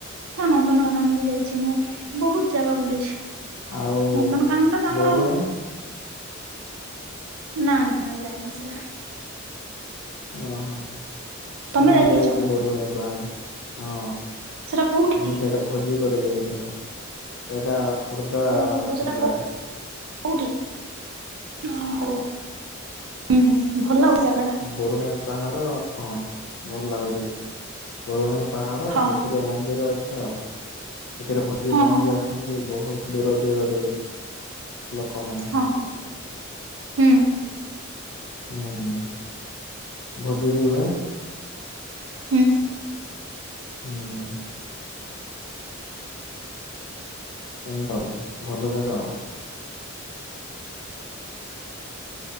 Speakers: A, on the right; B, on the left.
A: ହଁ ନନ୍ଦନକାନନ ବି ଯାଇଛି ମୁଁ। ବହୁତ ଜାଗା ବୁଲିଛି
B: ଆଉ
A: ନନ୍ଦନକାନନ ଟା ତ ଆମର
B: ବରୁଣେଇ
A: ନା ନା ଯାଏନି ସେଇଟା।
B: ଓହୋ
A: ତମେ
B: ମୁଁ
A: ଯାଇଛ
B: ଯାଇଚି ବରୁଣେଇ ପାହାଡ଼। ହଁ
A: ସେଟା କୋଉଠି?
B: ଆମେ ସେଇଟା ଭୋଜି କରି ଯାଇଥିଲୁ ସେଇଟା ଖୋର୍ଦ୍ଧା
A: ଓହୋ ହୋ ସେଟା
B: ଖୋର୍ଦ୍ଧରେ।
A: କୋଉଠି ଅ ହୋ ହୁଁ ହୁଁ ଭଲ ଲାଗୁଛି ଜାଗାଟା
B: ବରୁଣେଇ ପାହାଡ଼ ହଁ ଭଲ ଲାଗୁଛି ବରୁଣେଇ ପାହାଡ଼
A: ହଁ।
B: ସେଥିରେ ସେ ଜମନ୍ଦିର ଅଛି ଆଉ ସେଥିରେ ଭୋଜି
A: ହଁ
B: ପାଇଁ
A: ହଁ
B: ବି
A: ହଁ
B: ଆସନ୍ତି ବହୁତ୍ ଦୂର ଦୂରରୁ ବି। ଲୋକମାନେ।
A: ହଁ ହଁ ହୁଁ
B: ହୁଁ ହୁଁ ଭୋଜି ବି ହୁଏ।
A: ହୁଁ।
B: ହୁଁ। ଏକଦମ୍ ଭଲ ଜାଗା ଆଉ।